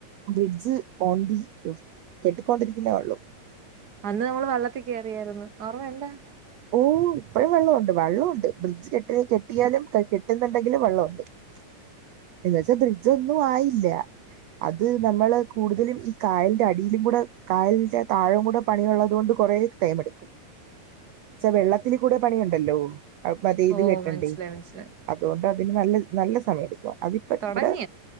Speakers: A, on the right; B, on the right.
A: ബ്രിഡ്ജ് ഓണ് ദി <unintelligible> കെട്ടിക്കൊണ്ടിരിക്കുന്നേ ഉള്ളൂ.
B: അന്ന് നമ്മൾ വെള്ളത്തി കയറിയായിരുന്നു ഓർമ്മയുണ്ടൊ?
A: ഓ ഇപ്പഴും വെള്ളം ഉണ്ട് വെള്ളം ഉണ്ട് ബ്രിഡ്ജ് കെട്ടിയെ കെട്ടിയാലും കെട്ടുന്നുണ്ടെങ്കിലും വെള്ളമുണ്ട്
B: <inaudible>
A: ന്ന് വെച്ച ബ്രിഡ്ജ് ഒന്നും ആയില്ല. അത് നമ്മള് കൂടുതലും ഈ കായലിന്റെ അടിയികൂടെ കായലിന്റെ താഴെ കൂടെ പണിയുള്ളത് കൊണ്ട് കുറെ ടൈം എടുക്കും. ചെ വെള്ളത്തില് കൂടെ പണിയണ്ടല്ലോ അപ്പൊ അത ഇത്
B: ഓ
A: കെട്ടണ്ടേ.
B: മനസ്സിലായി മനസ്സിലായി
A: അതുകൊണ്ട് അതിന് നല്ല നല്ല സമയം എടുക്കും അതിപ്പ
B: തുടങ്ങി
A: ഇവിടെ